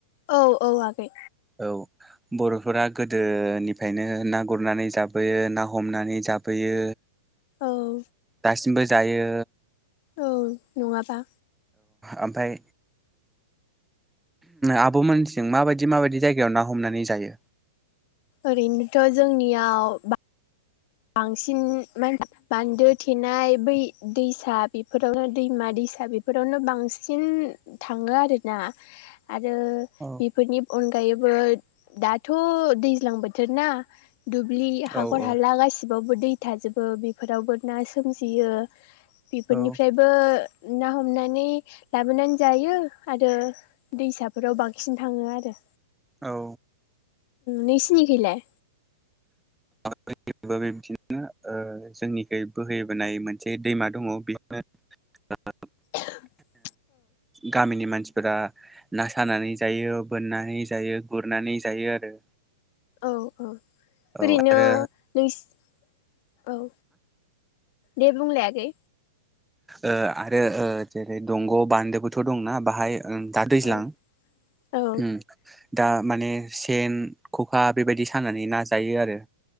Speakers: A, on the left (about 50°); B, in the centre.
A: औ औ आगै।
B: औ बर'फोरा गोदोनिफ्रायनो ना गुरनानै जाबोयो ना हमनानै जाबोयो
A: औ
B: दासिमबो जायो
A: औ नङाबा
B: ओमफाय आब मोनथिं माबायदि माबायदि जायगायाव ना हमनानै जायो?
A: ओरैनोथ' जोंनियाव बा बांसिन मा <unintelligible> बान्दो थेनाय बै दैसा बेफोरावनो दैमा दै फिसा बेफोरावनो बांसिन थांङो आरोना आरो
B: औ
A: बेफोरनि अनगायैबो दाथ' दैज्लां बोथोर ना दुब्लि हखर
B: औ औ
A: हाला गासि बावबो दै थाजोबो बेफोरावबो ना सोमजियो बेफोरनिफ्रायबो
B: औ
A: ना हमनानै लाबोनानै जायो आरो दैसाफोराव बांसिन थाङो आरो
B: औ
A: नोंसिनिखैलाय?
B: <unintelligible> बिदिनो ओ जोंनिखै बोहैबोनाय मोनसे दैमा दङ बेखौनो <unintelligible>
A: <inaudible>
B: गामिनि मानसि फोरा ना सानानै जायो बोननानै जायो गुरनानै जायो आरो
A: औ औ
B: औ
A: ओरैनो
B: आरो
A: नोंसि औ दे बुंलाय आगै
B: ओ आरो ओ जेरै दंग' बान्दोबोथ' दंना बाहाय ओं दा दैज्लां
A: औ औ
B: उ दा माने सेन ख'खा बेबायदि सानानै ना जायो आरो